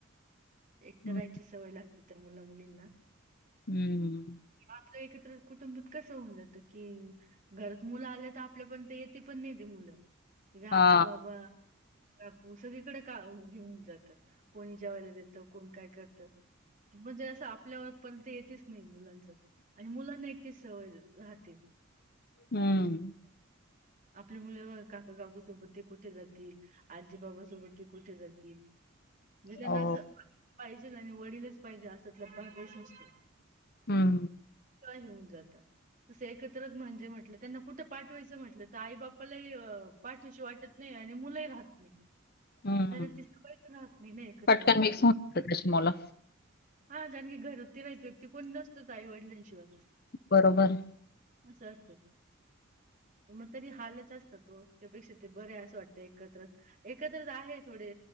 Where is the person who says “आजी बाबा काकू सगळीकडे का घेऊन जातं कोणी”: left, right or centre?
Right